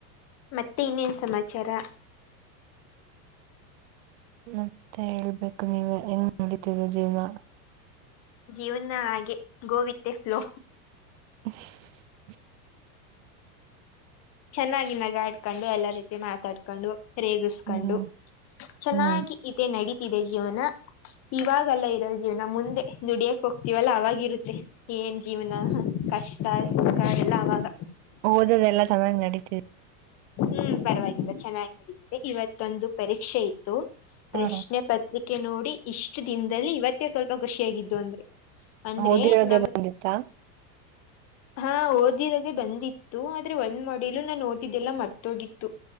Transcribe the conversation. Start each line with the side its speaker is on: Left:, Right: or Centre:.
Left: ಮತ್ತೆ ಇನ್ನೇನ್ ಸಮಾಚಾರ
Right: ಮತ್ತೆ ಹೇಳ್ಬೇಕು ನೀವ ಹೆಂಗ್ ನಡತದೆ ಜೀವನ?
Left: ಜೀವನ ಹಾಗೆ ಗೋವಿತ್ತೆ ಫ್ಲೋ
Right: ಹ <unintelligible>
Left: ಚೆನ್ನಾಗಿ ನಗ ಆಡ್ಕೊಂಡು ಎಲ್ಲಾ ರೀತಿ ಮಾತಾಡ್ಕೊಂಡು ರೇಗಿಸಕೊಂಡು
Right: ಹ್ಮ್
Left: ಚೆನ್ನಾಗಿ
Right: ಹ್ಮ್
Left: ಇದೆ ನಡೀತಿದೆ ಜೀವನ ಇವಾಗಲ್ಲ ಇರೋ ಜೀವನ ಮುಂದೆ ದುಡಿಯಕ್ ಹೋಗ್ತೀವಲ್ಲ ಅವಾಗಿರುತ್ತೆ ಏನ್ ಜೀವನ ಕಷ್ಟ ಸುಖ ಎಲ್ಲ ಅವಾಗ
Right: ಓದದೆ ಎಲ್ಲಾ ಚೆನ್ನ್ ನಡಿತೆ
Left: ಹ್ಮ್ ಪರವಾಗಿಲ್ಲ ಚೆನ್ನಾಗಿ ನೆಡಿತಿದೆ ಇವತ್ತೊಂದು ಪರೀಕ್ಷೆ ಇತ್ತು ಪ್ರಶ್ನೆ
Right: ಹ ಹ
Left: ಪತ್ರಿಕೆ ನೋಡಿ ಇಷ್ಟು ದಿನದಲ್ಲಿ ಇವತ್ತೇ ಸ್ವಲ್ಪ ಖುಷಿಯಾಗಿದ್ದು ಅಂದ್ರೆ ಅಂದ್ರೆ
Right: ಓದಿರೋದೇ
Left: ನಮ
Right: ಬಂದಿತ್ತಾ
Left: ಹಾ ಓದಿರದೆ ಬಂದಿತ್ತು ಆದ್ರೆ ಒಂದ್ ಮಾಡಲು ನಾನು ಹೋಗಿದ್ದೆಲ್ಲಾ ಮರ್ತೋಗಿತ್ತು